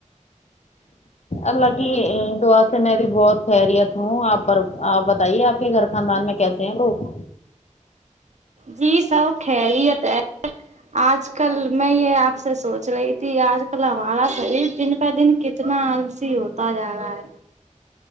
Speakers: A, on the left; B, on the right.
A: اللہ کی دعا سے میں بھی بہت خیریت ہوں آپ پر آپ بتائیے آپ کے گھر خاندان میں کیسے ہیں لوگ
B: جی سب کھیلیت ہے آج کل میں یہ آپ سے سوچ رہی تھی آج کل ہمارا شریر دن پہ دن کی کتنا آلسی ہوتا جارا ہے